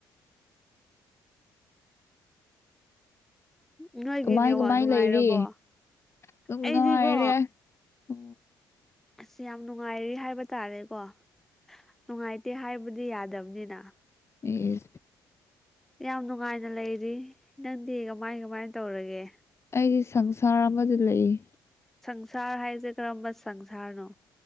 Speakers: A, on the left; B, in the centre.
A: <inaudible>
B: ꯅꯣꯏꯒꯤ
A: ꯀꯃꯥꯏ
B: ꯅꯦꯋꯥꯛ
A: ꯀꯃꯥꯏ
B: ꯅꯨꯡꯉꯥꯏꯔꯕꯣ
A: ꯂꯩꯔꯤ ꯑꯗꯨꯝ
B: ꯑꯩꯗꯤꯀꯣ
A: ꯅꯨꯡꯉꯥꯏꯔꯦ ꯎ
B: ꯑꯁ ꯌꯥꯝ ꯅꯨꯡꯉꯥꯏꯔꯤ ꯍꯥꯏꯕ ꯇꯥꯔꯦꯀꯣ ꯅꯨꯡꯉꯥꯏꯇꯦ ꯍꯥꯏꯕꯗꯤ ꯌꯥꯗꯕ ꯀꯅꯤꯗ
A: ꯑꯦ
B: ꯌꯥꯝ ꯅꯨꯡꯉꯥꯏꯅ ꯂꯩꯔꯤ ꯅꯪꯗꯤ ꯀꯃꯥꯏ ꯀꯃꯥꯏꯅ ꯇꯧꯔꯒꯦ
A: ꯑꯩꯁ ꯁꯪꯁꯥꯔ ꯑꯃꯗꯤꯗ ꯂꯩꯏ
B: ꯁꯪꯁꯥꯔ ꯍꯥꯏꯁꯦ ꯀꯔꯝꯕ ꯁꯪꯁꯥꯔꯅꯣ